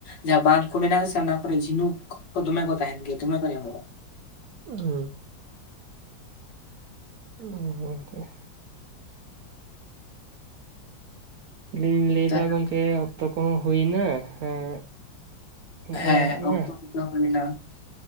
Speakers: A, on the left; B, on the right.
A: ᱡᱟᱦᱟᱸ ᱵᱟᱸᱫᱷ ᱠᱚ ᱢᱮᱱᱟᱜᱼᱟ ᱥᱮ ᱚᱱᱟ ᱠᱚᱨᱮᱜ ᱡᱷᱤᱱᱩᱠ ᱠᱚ ᱫᱚᱢᱮ ᱠᱚ ᱛᱟᱦᱮᱱ ᱜᱮᱭᱟ ᱫᱚᱢᱮ ᱠᱚ ᱧᱟᱢᱚᱜᱼᱟ᱾
B: ᱩᱸᱻ ᱚᱸ ᱜᱚᱝᱠᱮ᱾ ᱟᱹᱞᱤᱧ ᱞᱮᱭᱫᱟ
A: ᱛᱟᱦᱞᱮ
B: ᱜᱚᱝᱠᱮ ᱚᱠᱛᱚ ᱠᱚᱦᱚᱸ ᱦᱩᱭ ᱱᱟ ᱦᱮᱸ᱾
A: ᱦᱮᱸ
B: ᱟᱞᱟᱝᱟᱜ
A: ᱚᱠᱛᱚ
B: ᱢᱟ
A: ᱠᱚᱫᱚ ᱦᱩᱭᱱᱟ,